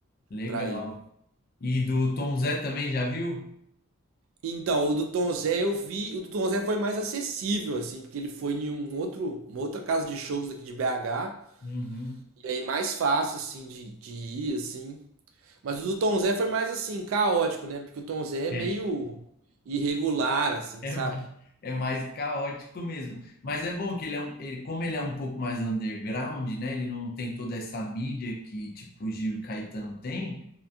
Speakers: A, on the left; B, on the right.
A: Legal.
B: pra ir.
A: E do Tom Zé também, já viu?
B: Então, o do Tom Zé eu vi, o do Tom Zé foi mais acessível, assim, porque ele foi em um outro, uma outra casa de shows daqui de BH,
A: Uhum.
B: e aí mais fácil, assim, de, de ir, assim. Mas o do Tom Zé foi mais assim, caótico, né? Porque o Tom Zé é
A: É,
B: meio irregular, assim,
A: é
B: sabe?
A: mais, é mais caótico mesmo. Mas é bom que ele é um, ele- como ele é um pouco mais underground, né? Ele não tem toda essa mídia que tipo o Gil e Caetano tem,